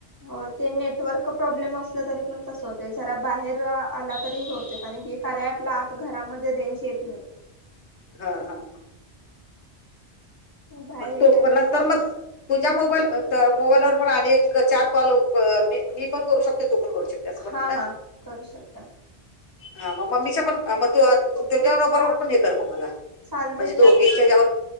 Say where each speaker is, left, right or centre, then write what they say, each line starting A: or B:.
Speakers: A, on the right; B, on the left.
A: हो ते नेटवर्क प्रॉब्लेम असलं तरी पण तसं होतय, जरा बाहेर आ आला तरी होतय कारण की कार्या ऍपला आत घरामध्ये रेंज येत नाही.
B: हा हा
A: बाहेर
B: मग
A: हे केला
B: तो पण
A: तरी
B: नंतर
A: चालते
B: मग तुझ्या मोबाईल मोबाईलवर पण आणि एक चार कॉल मी पण करू शकतोय तू पण करू शकते. असं
A: हा
B: पण आहे ना
A: हा करू शकताय.
B: हा म मम्मीच्या पण मग तू
A: होतील
B: तुझ्यावर बरोबर
A: दहा
B: पण हे कर मग मला.
A: चालतं
B: म्हणजे
A: की
B: दोघींच्या
A: आता
B: ह्याच्यावर